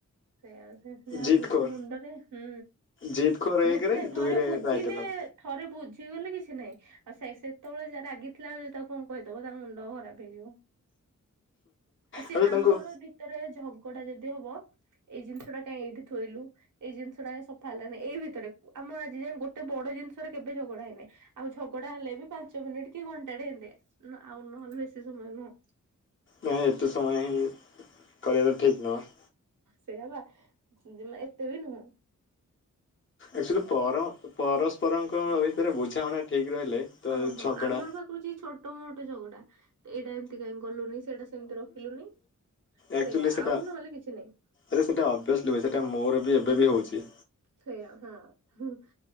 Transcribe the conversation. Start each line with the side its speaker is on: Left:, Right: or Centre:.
Right: ସେଇଆ ସେ ଯାହା
Left: ଜିତ୍
Right: ବୁଝି
Left: ଖୋର
Right: ମୁଣ୍ଡରେ ହୁଁ
Left: ଜିତ୍ ଖୋର
Right: ବୁ
Left: ଏକରେ
Right: ନାଇଁ
Left: ଦୁଇରେ
Right: ଥରେ ବୁଝିଲେ
Left: ରାଇଟିଆ ଲୋକ
Right: ଥରେ ବୁଝିଗଲେ କିଛି ନାହିଁ। ଆଉ ସେ ସେତେବେଳେ ଯାହା ରାଗିଥିଲା ବେଳେ ତାକୁ କଣ କହିଦବ ତାଙ୍କ ମୁଣ୍ଡ ଖରାପ ହେଇଯିବ। ଆଉ ସିଏ
Left: ଆରେ ତାଙ୍କୁ
Right: ଆମର ଭିତେରେ ଝଗଡା ଯଦି ହବ ଏଇ ଜିନିଷ ଟା କାଇଁ ଏଇଠି ଥୋଇଲୁ ଏଇ ଜିନିଷ ଟାଁ କାଇଁ ସଫା ହେଲାନି। ଏଇ ଭିତରେ ଆମ ଆଜି ଯାଏଁ ଗୋଟେ ବଡ ଜିନିଷ ରେ କେବେ ଝଗଡା ହେଇନି। ଆଉ ଝଗଡା ହେଲେ ବି ପାଞ୍ଚ ମିନିଟ୍ କି ଘଣ୍ଟାଟେ ଏନ୍ତି ଆଉ ନହେଲେ ବେଶି ସି ସମୟ ନୁହଁ।
Left: ନାଇଁ ଏତେ ସମୟ ହିଁ କରିବାଟା ଠିକ୍ ନୁହଁ।
Right: ସେୟା ବା ମା ଏତେ ବି ନୁହଁ।
Left: ଆକ୍ଚୁଆଲି ପର ପରସ୍ପରଙ୍କ ଭିତରେ ବୁଝାମଣା ଠିକ୍ ରହିଲେ ତ
Right: ହଁ ହଁ
Left: ଝଗଡ଼ା
Right: ଆମର ବା କହୁଚି ଛୋଟ ମୋଟ ଝଗଡା। ଏଇଟା ଏମିତି କାଇଁ କ କଲୁନି ସେଇଟା ସେମତି ରଖିଲୁନି।
Left: ଆକ୍ଚୁଲି
Right: ସେଇଆ
Left: ସେଟା
Right: ଆଉ ନହେଲେ କିଛି ନାହିଁ।
Left: ଆରେ ସେଟା ଅଭ୍ୟାସ୍ଲି ହୁଏ। ସେଟା ମୋର ବି ଏବେ ବି ହଉଛି।
Right: ସେୟା ହଁ ହୁଁ।